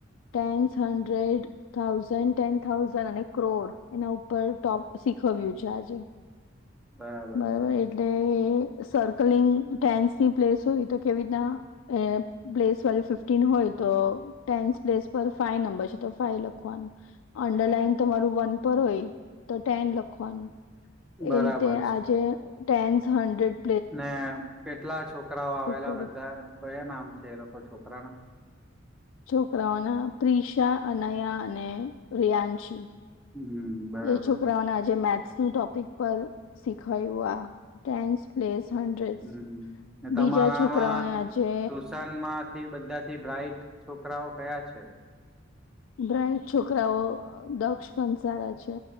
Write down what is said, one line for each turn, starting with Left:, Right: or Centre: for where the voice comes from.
Left: Tens hundred thousand ten thousand અને ક્રોર એના ઉપર ટોપી શીખવ્યું છે આજે
Centre: બરાબર
Left: બરોબર
Centre: છે
Left: એટલે. સર્કલિંગ ટેન્સની પ્લેસ હોય તો કેવી રીતના એ પ્લેસ વાળી ફિફ્ટીન હોય તો ટેન્થ પ્લેસ પર ફાઈ નંબર છે તો ફાઈ લખવાનું. અંડરલાઈન તમારું વન પર હોય તો ટેન લખવાનું.
Centre: બરાબર
Left: એ રીતે આજે
Centre: છે
Left: ટેન્સ હન્ડ્રેડ
Centre: ને કેટલા છોકરાઓ આવેલા
Left: કર્યું
Centre: બધા? કયા નામ છે એ લોકો છોકરાના?
Left: છોકરાઓના પ્રિશા અને અને રિયાંશી
Centre: હમ બરાબર
Left: એ છોકરાઓના
Centre: છે
Left: આજે મેથ્સ. હું ટોપિક પર શીખવાડું આ ટેન્શ પ્લેસ. હંડ્રેડ્સ
Centre: હું
Left: બીજા
Centre: તમારામાં
Left: છોકરાઓને આજે
Centre: તુશાન માંથી બધાથી બ્રાઇટ છોકરાઓ કયા છે.
Left: બ્રાઇટ છોકરાઓ દક્ષ કંનસારા સારા છે.